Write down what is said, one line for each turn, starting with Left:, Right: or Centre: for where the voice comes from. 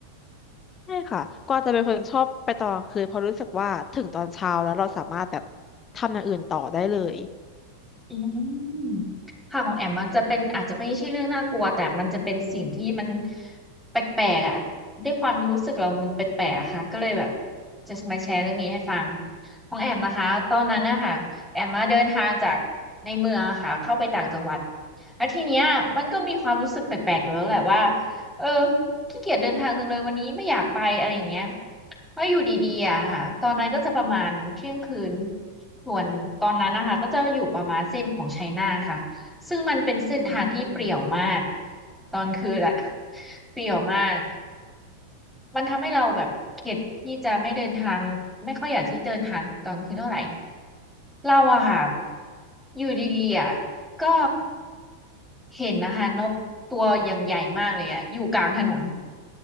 Left: ใช่ค่ะกวางจะเป็นคนชอบไปตอนกลางคืนเพราะรู้สึกว่าถึงตอนเช้าแล้วเราสามารถแบบทำอย่างอื่นต่อได้เลย
Centre: อืมค่ะของแอมมันจะเป็นอาจจะไม่ใช่เรื่องน่ากลัวแต่มันจะเป็นสิ่งที่มันแปลกๆอ่ะด้วยความรู้สึกเรามันแปลกๆอะค่ะก็เลยแบบจะมาแชร์เรื่องนี้ให้ฟังของแอมนะคะตอนนั้นนะคะแอมมาเดินทางจากในเมืองอะค่ะเข้าไปต่างจังหวัดแล้วทีเนี้ยมันก็มีความรู้สึกแปลกๆอยู่แล้วแหละว่าเออขี้เกียจเดินทางจังเลยวันนี้ไม่อยากไปอะไรอย่างเงี้ยเพราะอยู่ดีๆอะค่ะตอนนั้นก็จะประมาณเที่ยงคืน ส่วนตอนนั้นนะคะก็จะอยู่ประมาณเส้นของไชน่าค่ะซึ่งมันเป็นเส้นทางที่เปรี่ยวมาก
Left: อืม
Centre: ตอนคืนอะเปรี่ยวมากมันทำให้เราแบบเข็ดที่จะไม่เดินทางไม่ค่อยอยากที่เดินทางตอนคืนเท่าไหร่เราอะค่ะอยู่ดีๆอะก็เห็นนะคะนกตัวอย่างใหญ่มากเลยอะอยู่กลางถนน